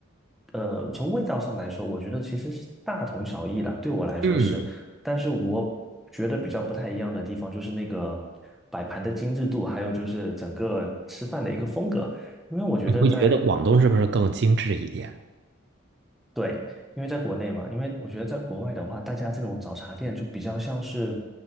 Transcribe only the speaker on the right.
嗯，
你会觉得广东是不是更精致一点？